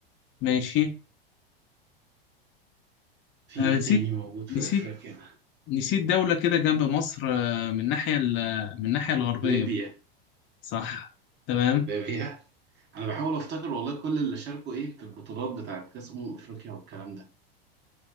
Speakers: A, on the left (about 40°); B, on the right (about 35°).
A: ماشي
B: في
A: أنا
B: إيه
A: نسيت
B: تاني موجود
A: نسيت
B: في أفريقيا
A: نسيت دولة كده جنب مصر آه، من الناحية ال- من الناحية الغربية
B: ليبيا
A: صح تمام
B: ليبيا أنا بحاول أفتكر والله كل اللي شاركوا إيه في البطولات بتاعت كأس أمم أفريقيا والكلام ده